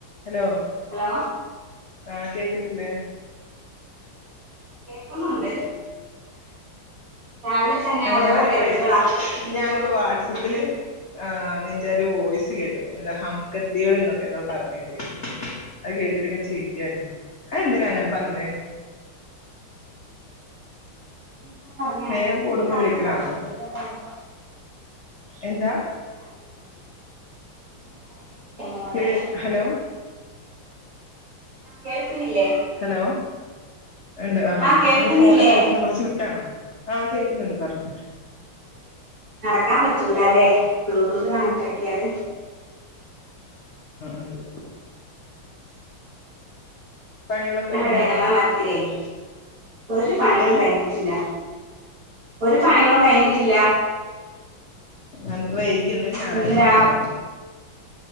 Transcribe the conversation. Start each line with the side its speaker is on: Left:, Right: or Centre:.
Left: Hello
Right: hello
Left: ആഹ് കേക്കുന്നില്ലേ
Right: കേക്കുന്നുണ്ട് രാവിലെ തന്നെ ഓരോ
Left: ഞാനിപ്പ
Right: തിരക്കുകളാ ഇന്നിപ്പോ
Left: ഞാനിപ്പ
Right: ഉം
Left: വാട്സപ്പില് ആ നിന്റെ ഒരു വോയിസ് കേട്ടു എന്താ ഹംകത്തികൾ എന്നൊക്കെ എന്താ പറഞ്ഞിട്ടേ അത് കേട്ടിട്ട് ഇങ്ങെ ചിരിക്കാണ് അയ് ന്തിനാ അങ്ങനെ പറഞ്ഞെ
Right: <inaudible>
Left: സ്നേഹം കൂടുമ്പോ വിളിക്കണാണോ എന്താ
Right: നിനക്കറിയൂലെ മോളെ നിനക്കറിയൂലെ മോളെ
Left: ക്ലിയ ഹലോ
Right: കേൾക്ക് ണില്ലെ
Left: ഹലോ ണ്ട് ആഹ്
Right: ആ കേൾക്കുന്നില്ലേ
Left: നിങ്ങള് ഫോണിന്റെ അടുത്തു നിന്ന് കൊറച്ച് വിട്ടാണോ ആഹ് കേക്കുന്നുണ്ട് പറഞ്ഞോ
Right: നടക്കാൻ പറ്റൂല അല്ലേ ബ്ലൂടൂത്ത് കണക്ട് ആക്കിയാല്
Left: ആഹ് പണികളൊക്കെ
Right: ഞാനിവിടെ
Left: കഴിഞ്ഞോ
Right: <unintelligible> ഒരു പണികളും
Left: ഏഹ്
Right: കഴിഞ്ഞിട്ടില്ല ഒര് പണികളും കഴിഞ്ഞ്ട്ടില്ല
Left: എന്ത് വൈകിഇന്ന് ഞാറാഴ്ച്ചായോണ്ടാണോ
Right: ഇന്ന് രാ